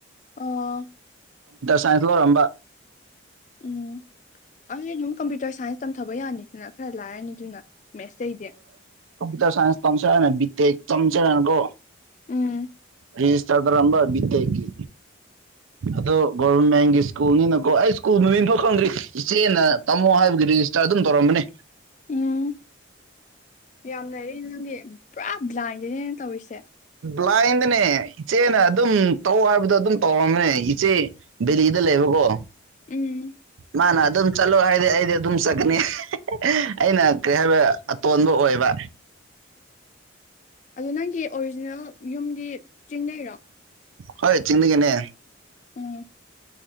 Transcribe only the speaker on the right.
ꯆꯥꯏꯟꯁꯂꯔꯝꯕ
ꯀꯝꯄꯨꯇꯔ ꯁꯥꯏꯟꯁ ꯇꯝꯁꯔꯅ ꯕꯤꯦ ꯆꯝꯁꯦꯔꯅ ꯀꯣ
ꯔꯤꯖꯁꯔꯗ꯭ꯔꯝꯕ ꯠꯇꯦꯑꯒꯤ ꯑꯗꯣ ꯒꯣꯚꯔꯃꯦꯟꯒꯤ ꯁ꯭ꯀꯨꯜꯅꯤꯅꯀꯣ ꯑꯩ ꯁ꯭ꯀꯨꯜ ꯃꯃꯤꯡꯐꯝ ꯈꯪꯗ꯭ꯔꯤ ꯏꯆꯦꯅ ꯇꯝꯃꯣ ꯍꯥꯏꯕꯒꯤ ꯔꯦꯖꯤꯁꯇꯥꯔ ꯑꯗꯨꯝ ꯇꯧꯔꯝꯕꯅꯤ
ꯕ꯭ꯂꯥꯏꯟꯗꯅꯦ ꯏꯆꯦꯅ ꯑꯗꯨꯝ ꯇꯧ ꯍꯥꯏꯕꯗꯣ ꯑꯗꯨꯝ ꯇꯧꯔꯝꯕꯅꯦ ꯏꯆꯦ ꯕꯦꯂꯤꯗ ꯂꯩꯕꯀꯣ
ꯃꯥꯅ ꯑꯗꯨꯝ ꯆꯠꯂꯣ ꯍꯥꯏꯗꯤ ꯑꯩꯗꯤ ꯑꯗꯨꯝ ꯆꯠꯀꯅꯤ ꯑꯩꯅ ꯀꯔꯤ ꯍꯥꯏꯕ ꯑꯇꯣꯟꯕ ꯑꯣꯏꯕ
ꯍꯣꯏ ꯆꯤꯡꯒꯅꯦ